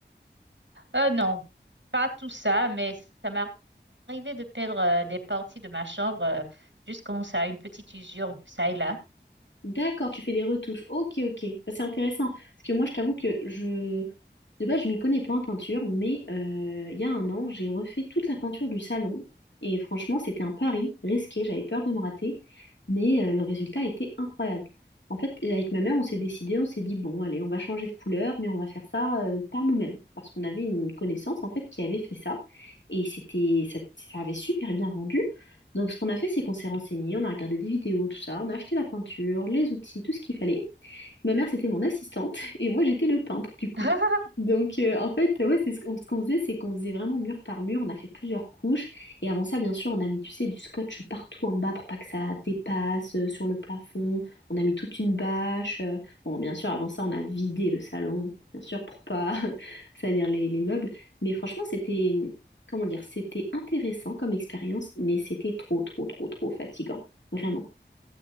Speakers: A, on the right (about 80°); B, on the left (about 75°).
A: Euh, non, pas tout ça, mais ça m'est arrivé de peindre euh, des parties de ma chambre euh, juste quand ça a une petite usure, ça et là.
B: D'accord, tu fais des retouches. Ok, ok. Bah, c'est intéressant. Parce que moi, je t'avoue que je... De base, je m'y connais pas en peinture, mais euh, il y a un an, j'ai refait toute la peinture du salon. Et franchement, c'était un pari risqué. J'avais peur de me rater, mais euh, le résultat était incroyable. En fait, avec ma mère, on s'est décidé, on s'est dit, bon, allez, on va changer de couleur, mais on va faire ça euh, par nous-mêmes. Parce qu'on avait une connaissance, en fait, qui avait fait ça. Et c'était, ça ça avait super bien rendu. Donc, ce qu'on a fait, c'est qu'on s'est renseigné, on a regardé des vidéos, tout ça, on a acheté la peinture, les outils, tout ce qu'il fallait. Ma mère, c'était mon assistante <laughs> et moi, j'étais le peintre, du coup.
A: <laughs>
B: Donc, euh, en fait, ouais, c'est ce qu'on ce qu'on faisait, c'est qu'on faisait vraiment mur par mur. On a fait plusieurs couches. Et avant ça, bien sûr, on a mis, tu sais, du scotch partout en bas pour pas que ça dépasse euh, sur le plafond. On a mis toute une bâche. euh. Bon, bien sûr, avant ça, on a vidé le salon, bien sûr, pour pas <laughs> salir les, les meubles. Mais franchement, c'était, comment dire, c'était intéressant comme expérience, mais c'était trop, trop, trop, trop fatigant. Vraiment.